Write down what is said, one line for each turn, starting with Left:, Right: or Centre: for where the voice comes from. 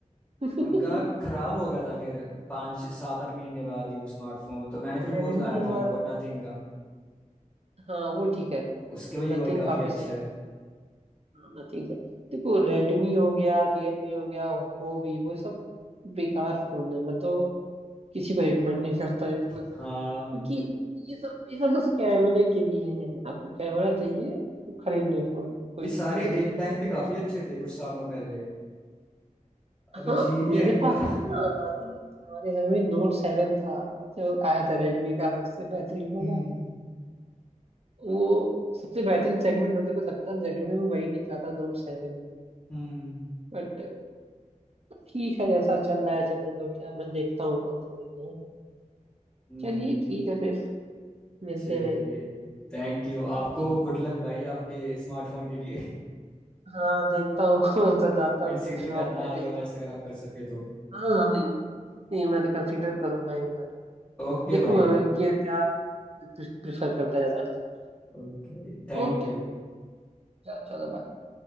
Right: <laughs>
Left: उनका खराब हो गया था फिर पाँच सात आठ महीने बाद ही वो स्मार्टफोन तो मैंने फिर
Right: रेडमी
Left: वो दिलाया था उनको
Right: और
Left: नथिंग का
Right: हाँ वो ठीक है
Left: उसके भी यूआई
Right: नथिंग
Left: काफी
Right: काफी
Left: अच्छा
Right: सही
Left: है
Right: हाँ नथिंग सही देखो रेडमी हो गया रियलमी हो गया ओप्पो वीवो सब बेकार फोन है मैं तो किसी को रिकमेंड नहीं करता
Left: हाँ
Right: क्योंकि ये सब ये सब बस कैमरे के लिए है आपको कैमरा चाहिए तो खरीद ले फोन कोई
Left: ये सारे
Right: दिक्कत नहीं
Left: एक
Right: है
Left: टाइम पे काफी अच्छे थे कुछ सालों पहले अब
Right: हाँ
Left: जीवीएन
Right: मेरे पास
Left: का <laughs>
Right: था ना हमारे हमारे घर में नोट सेवन था जो आया था रेडमी का सबसे बेहतरीन वाला
Left: हम्म
Right: वो सबसे बेहतरीन सेगमेंट मुझे को लगता है रेडमी में वही निकला था नोट सेवन
Left: हम्म
Right: बट ठीक है जैसा चल रहा है चलने दो क्या मैं देखता हूँ कौन सा लेना है
Left: हम्म,
Right: चलिए ठीक है फिर मिलते
Left: चलिए
Right: हैं भाई
Left: थैंक यू आपको
Right: जी
Left: गुड लक भाई आपके स्मार्टफोन के लिए
Right: हाँ देखता हूँ कौन सा
Left: <laughs>
Right: जाता हूँ
Left: कंसीडर
Right: कल शॉप
Left: करना
Right: पे
Left: आईओएस
Right: देखता
Left: अगर आप कर सके तो
Right: हूँ हाँ नहीं नहीं मैं तो कंसीडर करूंगा एक बार
Left: ओके
Right: देखूंगा
Left: भाई
Right: कि क्या प्रेफर करता है ज्यादा अच्छा
Left: Okay thank
Right: ओके
Left: you
Right: ओके, चलो चलो bye.